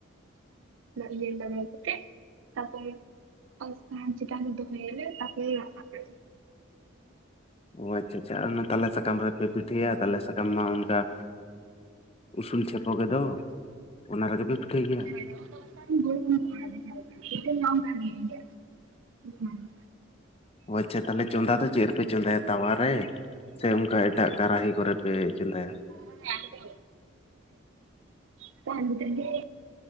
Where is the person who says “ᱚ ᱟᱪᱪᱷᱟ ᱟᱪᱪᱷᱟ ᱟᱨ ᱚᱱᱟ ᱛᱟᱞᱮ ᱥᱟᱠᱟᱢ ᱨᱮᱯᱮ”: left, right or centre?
Left